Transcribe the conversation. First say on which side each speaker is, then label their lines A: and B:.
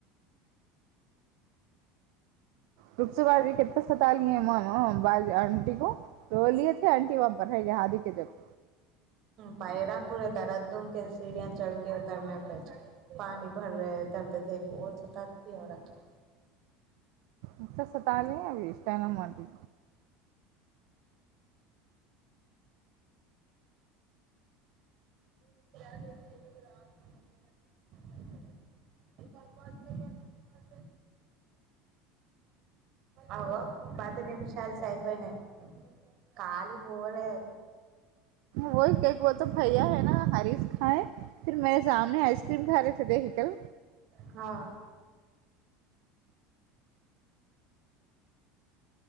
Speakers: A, on the right; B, on the right.
A: రుక్స బాబి కిత్తా సతాయి హే మాలుమ్ బాజి ఆంటీ కు రోలియే తే ఆంటి వహా పర్ <unintelligible> కిజప్
B: పైరా పూరే దరద్ దూక సీడియా చడక ఉతర ప <unintelligible> పాని భర ర తర్దది బోహత్ సతాతీ యే ఔరత్ <unintelligible>
A: అచ్చాసతానే అబి తానా మార్తీ
B: <unintelligible> <inaudible> అగో పది నిమిషాలు సరి పోయినాయి కాలీ పోలే
A: వో భైయా హ హరిస కాయి ఫ మేరే సమని ఆయిస్ క్రీమ్ కారే ద పికల్
B: హా